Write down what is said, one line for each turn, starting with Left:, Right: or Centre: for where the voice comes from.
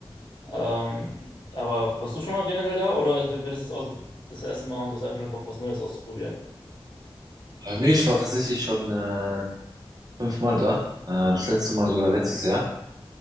Left: Ähm, aber warst du schon mal generell da oder wäre das jetzt auch das erste Mal und du hast einfach nur Bock, was Neues auszuprobieren?
Right: Äh, nee, ich war tatsächlich schon äh, fünfmal da. Äh, das letzte Mal sogar letztes Jahr.